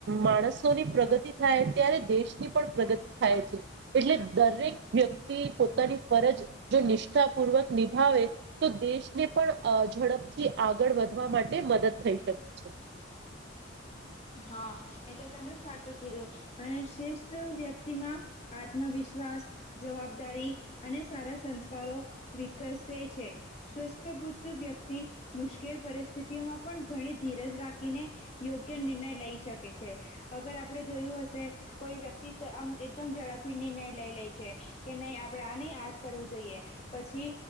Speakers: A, on the right (about 55°); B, on the left (about 35°).
A: માણસોની પ્રગતિ થાય ત્યારે દેશની પણ પ્રગતિ થાય છે એટલે દરેક વ્યક્તિ પોતાની ફરજ જો નિષ્ઠા પૂર્વક નિભાવે તો દેશને પણ ઝડપથી આગળ વધ માટે મદદ થઈ શકે છે
B: હા એ તો તમને સાચું કીધું અને શ્રેષ્ઠ વ્યક્તિમાં આત્મવિશ્વાસ જવાબદારી અને સારા સંસ્કારો વિકસે છે સ્વસ્થ બુદ્ધ વ્ય મુશ્કેલ પરિસ્થિતિઓમાં પણ ઘણી ધીરજ રાખીને યોગ્ય નિર્ણય લઈ શકે છે અગર આપડે જોયું હશે કોઈ વ્યક્તિ આમ એકદમ ઝડપથી નિર્ણય લઈ લે કે નહી આપડે આની આજ ું જોઈએ પછી